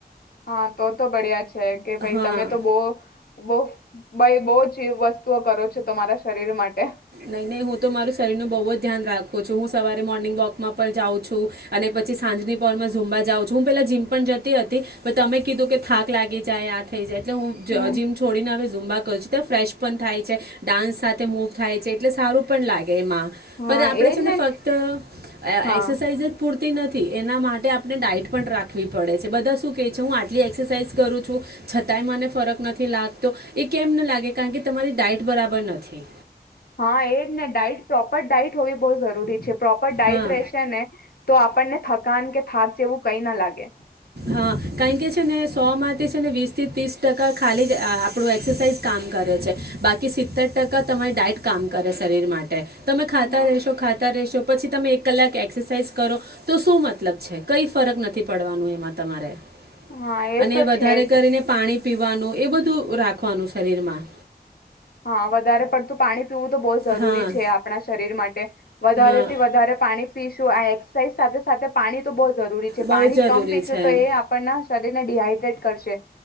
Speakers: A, on the left (about 65°); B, on the right (about 65°).
A: હા, તો તો બળિયા છે, છે કે ભાઈ
B: હા
A: તમે તો બો બો ભાઈ બો જ એ વસ્તુઓ કરો છો તમારા શરીર શરીર માટે
B: નઈ, નઈ હું તો મારું શરીરનું બોજ ધ્યાન રાખું છું. હું સવારે મોર્નિંગ વોકમાં પણ જાઉં છું અને પછી સાંજની પોલમાં ઝમવા જાઉં છું. હું પેલા જીમ પણ જતી હતી, પણ તમે કીધું કે થાક લાગી જાય, આ થઈ જાય એટલે હું
A: હમ
B: જીમ છોડીને આવે ઝુંબા <unintelligible> ફ્રેશ પણ થાય છે, ડાન્સ સાથે મૂવ થાય છે એટલે સારું પણ લાગે, એમાં, પર
A: હા
B: આપડે
A: એજ
B: છે ને ફક્ત
A: હા
B: એક્સરસાઇઝ જ પૂરતી નથી એના માટે આપ આપને ડાઇટ પણ રાખવી પડે છે, બધા શું કહે છે હું આટલી એક્સરસાઇઝ કરું છું, છતાંય મને ફરક નથી લાગતો એ કેમ ન લાગે, કારણકે તમારી ડાઇટ બરાબર નથી.
A: હા એ જ ને ડાઇટ પ્રોપર ડાઈટ હોવી બહુ ઝરૂરી છે. પ્રોપર ડાઈટ
B: હા
A: રહેશે ને તો આપણને થકાન કે થાક એવું કઈ ના લાગે.
B: હા, કારણ કે છે ને સોમાંથી છે ને વીસથી ત્રીસ ટકા ખાલી જ આપણું એક્સરસાઇઝ કામ કરે છે, બાકી સિત્તેર ટકા તમારી ડાયટ કામ કરે શરીર માટ ટે તમે ખાતા
A: હા
B: રહેશો ખાતા રહેશો પછી તમે એક કલાક એક્સરસાઇઝ કરો તો શું મતલબ છે? કઈ ફરક નથી પડવાનું એમાં. તમારે.
A: હા એ
B: અને
A: તો
B: વધારે
A: છે જ.
B: કરીને પાણી પીવાનું એ બધું રાખવાનું શરીરમાં.
A: હા વધારે પડતું પાણી પીવું તો બવ જરૂરી
B: હા
A: છે આપણા શરીર માટે. વધારે
B: હા
A: થી વધારે પાણી પીશું આ એક્સરસાઇઝ સાથે સાથે પાણી તો બહુ જરૂરી છે.
B: બહુ
A: પાણી
B: જરૂરી
A: કમ પીશું
B: છે
A: તો
B: એમ
A: એ આપણને શરીર ને ડિહાઈડ્રેટ કરશે